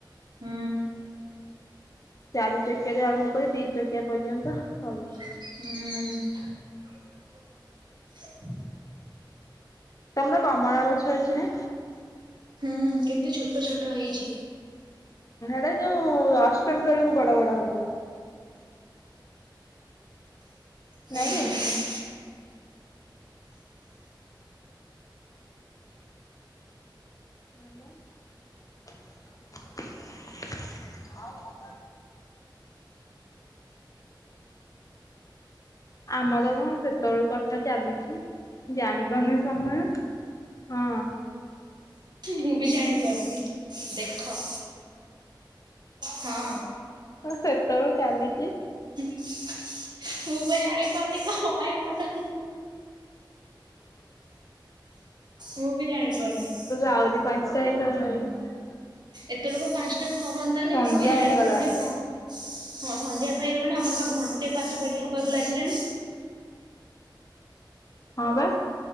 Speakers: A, on the right; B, on the left.
A: ହୁଁ।
B: ଚାରି ଚକିଆରୁ ଆରମ୍ଭ କରି ଦି ଚକିଆ ପର୍ଯ୍ୟନ୍ତ ସବୁ।
A: ହୁଁ।
B: ତମର କମଳା ଗଛ ଅଛି ନା?
A: ହୁଁ କିନ୍ତୁ ଛୋଟ ଛୋଟ ହେଇଛି।
B: ସେ ଯୋଉ ଅଷ୍ଟମୀ ବେଳକୁ ବଡ ବଡ ହବ।
A: ହାଲୋ
B: ନାଇଁ କିି! ନାଁ ବା। <unintelligible> ହଁ ଆମର ନୁହଁ ସେତେବେଳୁ କଥା ଚାଲିଛି। ଜାଣିପାରୁନି ସମୟ ହଁ।
A: ମୁଁ ବି ଜାଣିପାରୁନି ଦେଖ। ହଁ
B: ହଁ ସେତେଳୁ ଚାଲିଛି।
A: ମୁଁ ପା ଜାଣିପାରୁନି କଣ ପାଇଁ ମୁଁ ତ ମୁଁ ବି ଜାଣି ପାରୁନି।
B: ଆଉରି ପାଞ୍ଚଟା <unintelligible>
A: ଏତେଳକୁ ପାଞ୍ଚଟା ସରନ୍ତାଣି
B: ସନ୍ଧ୍ୟା
A: ମୁଁ ବି ଜାଣି
B: ହେଇଗଲାଣି।
A: ପାରୁନି କଣ ହଁ ସନ୍ଧ୍ୟା ହେଇଗଲାଣି ଆମର ବା ଘଣ୍ଟେ ପାଖାପାଖି ହବାକୁ ଲାଗିଲାଣି।
B: ହଁ ବା।